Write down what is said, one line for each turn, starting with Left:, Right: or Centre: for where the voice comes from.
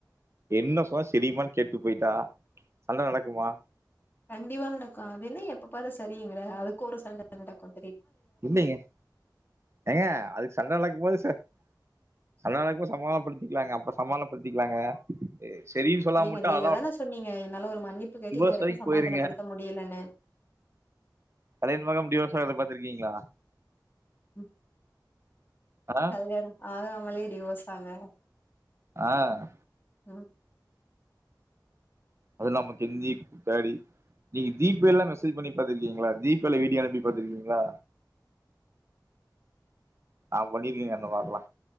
Right: என்ன சொன்னா செரியுமான்னு கேட்டு போயிட்டா சண்டை நடக்குமா.
Left: கண்டிப்பா நடக்கு அதுனா எப்ப பாரு செரிங்கற அதுக்கு ஒரு சண்ட நடக்கு.
Right: இல்லலைங்க ஏங்க அதுக்கு சண்டை நடக்கும்போது சார் சண்டா நடக்கும்போது சமாதானப்படுத்திக்கலா அப்ப சமாதானப்படுத்திக்கலாங்க செரின்னு சொல்லாம
Left: ஏங்க
Right: வுட்டா
Left: நீங்க
Right: அதெல்லா
Left: தானே சொன்னீங்க என்னால ஒரு மன்னிப்பு கேட்டு
Right: டிவோர்ஸ்
Left: இதுவரைக்கு
Right: வரைக்கு
Left: சமாதானப்படுத்த
Right: போயிருங்க
Left: முடியலன்னு.
Right: கல்யாணமாகம டிவோர்ஸ் ஆறத பாத்திருக்கீங்களா.
Left: ம்
Right: ஆ
Left: கல்யாணம் ஆகாம மொதல்லியே டிவோஸ்சாங்க
Right: ஆங்
Left: ம்
Right: அது நமக் கெஞ்சி <unintelligible> நீங்க ஜீ பே ல எல்லா மெசேஜ் பண்ணி பாத்துருக்கீங்களா ஜீ பே ல வீடியோ அனுப்பி பாத்திருக்கீங்களா நா பண்ணிருகேங்க அந்த மாதிரில்லா